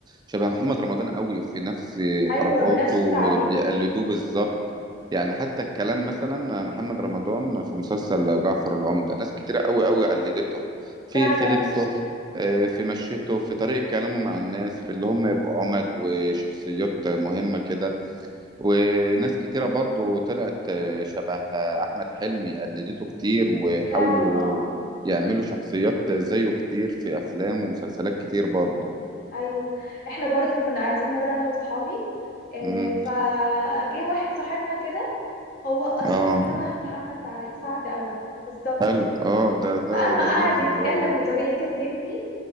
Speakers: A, on the right; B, on the left.
A: شبه محمد رمضان قوي في نفس حركاته
B: ايوه بنفس
A: وبيقلدوه
B: التعبير
A: بالظبط يعني حتى الكلام مثلا محمد رمضان في مسلسل جعفر العمدة ناس كتيرة قوي قوي قلدته في
B: فعلا
A: في لبسه آه، في مشيته في طريقة كلامه مع الناس في اللي هم يبقوا عمد وشخصيات مهمة كده وناس كتيرة برضو طلعت آه، شبه آه، أحمد حلمي قلدته كتير وحاولوا
B: فعلا اه
A: يعملوا شخصيات زيه كتير في أفلام ومسلسلات كتير برضو
B: ايوه احنا برضو كنا قاعدين مره انا واصحابي إيه
A: مم.
B: فجه واحد صاحبنا كده هو اصلا
A: اه
B: شبه محمد سع- سعد قوي بالظبط
A: حلو اه ده
B: فاما
A: ده جميل
B: قعد يتكلم
A: اللي هو
B: بطريقه الليمبي